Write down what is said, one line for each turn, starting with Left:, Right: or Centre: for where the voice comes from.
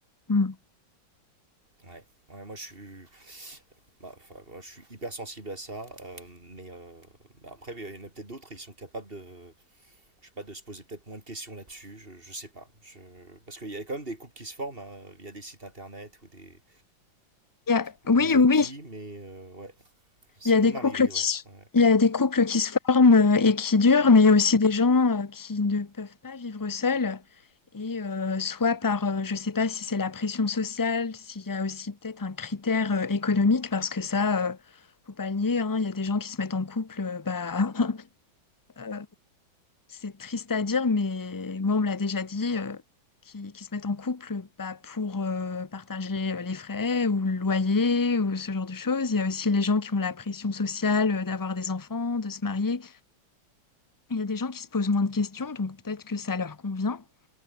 Left: Hmm.
Right: ouais. Ouais, moi je suis, bah, enfin, moi, je suis hyper sensible à ça, euh, mais euh, bah, après il y en a peut-être d'autres, ils sont capables de, je sais pas, de se poser peut-être moins de questions là-dessus, je, je sais pas, je... parce qu'il y a quand même des couples qui se forment hein, via des sites internet ou des
Left: Il y a-
Right: ou
Left: Oui,
Right: des
Left: oui,
Right: applis,
Left: oui.
Right: mais euh, ouais, c'est
Left: Il y a
Right: comme
Left: des couples
Right: arrivé,
Left: qui
Right: ouais,
Left: se,
Right: ouais.
Left: il y a des couples qui se forment euh, et qui durent, mais il y a aussi des gens euh, qui ne peuvent pas vivre seuls. Et euh, soit par, euh, je ne sais pas si c'est la pression sociale, s'il y a aussi peut-être un critère euh, économique, parce que ça, euh, faut pas le nier, hein, il y a des gens qui se mettent en couple euh, bah, <laughs> C'est triste à dire, mais moi, on me l'a déjà dit, euh, qui, qui se mettent en couple bah, pour euh, partager euh, les frais ou le loyer ou ce genre de choses. Il y a aussi les gens qui ont la pression sociale euh, d'avoir des enfants, de se marier. Il y a des gens qui se posent moins de questions, donc peut-être que ça leur convient.